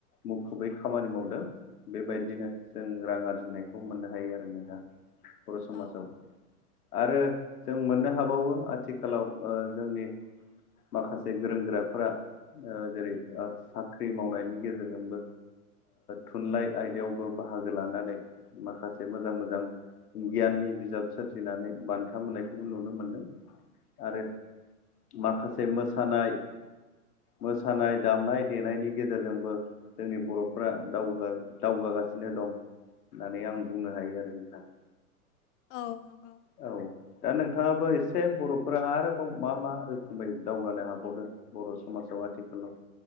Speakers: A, on the left; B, on the left.
A: मुखुबै खामानि मावदों बेबायदिनो जों रां आरजिनायखौ मोननो हायो आरो नोंहा बर समाजाव
B: औ
A: आरो जों मोननो हाबावो आथिखालाव जोंनि माखासे गोरों गोराफोरा जेरै साख्रि मावनायनि गेजेरजोंबो थुनलाइ आयदायावबो बाहागो लानानै माखासे मोजां मोजां। गियाननि बिजाब सोरजिनानै बान्था मोननायखौबो नुनो मोनदों आरो। माखासे मोसानाय। मोसानाय दामनाय देनायनि गेजेरजोंबो जोंनि बर'फ्रा दग दावगागासिनो दं होननानै आं बुंनो हायो आरो नोंथां।
B: औ नंगौ।
A: औ दा नोंथाङाबो एसे बर'फोरा आरोबाव मा मा रोखोमै दावगानो हाबावदों। बर' समाजाव आथिखालाव